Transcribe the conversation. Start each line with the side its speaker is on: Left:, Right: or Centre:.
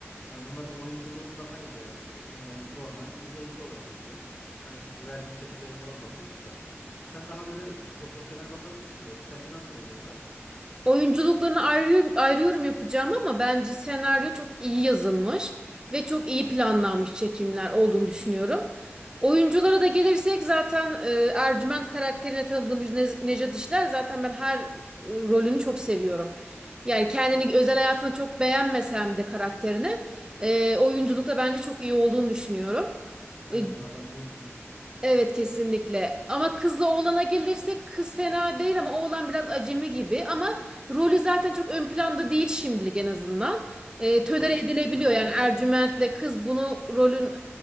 Left: Hani bunların oyunculuğunu daha iyi değerlendirirsin. Şimdi ben normal izleyici olarak izliyorum. Hani verdiği tepkilere falan bakıyorum da. Sen daha böyle profesyonel bakabilirsin belki. Sence nasıl oynuyorlar ki?
Right: Oyunculuklarını ayrıyorum, ayrıyorum yapacağım ama bence senaryo çok iyi yazılmış ve çok iyi planlanmış çekimler olduğunu düşünüyorum. Oyunculara da gelirsek zaten e, Ercüment karakterine tanıdığımız Ne- Nejat İşler zaten ben her e, rolünü çok seviyorum. Yani kendini özel hayatını çok beğenmesem de karakterini e, oyunculukta bence çok iyi olduğunu düşünüyorum.
Left: Aynen
Right: E,
Left: ya adam iyi oynuyor.
Right: Evet kesinlikle. Ama kızla oğlana gelirsek kız fena değil ama oğlan biraz acemi gibi. Ama rolü zaten çok ön planda değil şimdilik en azından. E, tölere
Left: Hangisinin?
Right: edilebiliyor
Left: Kızın mı
Right: yani
Left: oğlanı
Right: Ercüment'le
Left: mı?
Right: kız bunu rolün